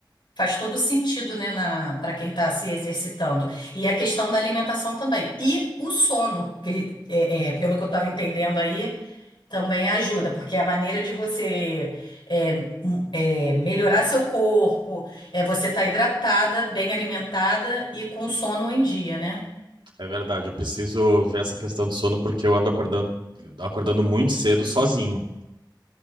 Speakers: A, on the left (about 75°); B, on the right (about 80°).
A: faz todo sentido, né, na, para quem está se exercitando. E a questão da alimentação também. E o sono, que é, é, pelo que eu estava entendendo aí, também ajuda, porque a maneira de você é, m- é, melhorar seu corpo é você estar hidratada, bem alimentada e com sono em dia, né?
B: É verdade, eu preciso ver essa questão do sono porque eu ando acordando, acordando muito cedo sozinho.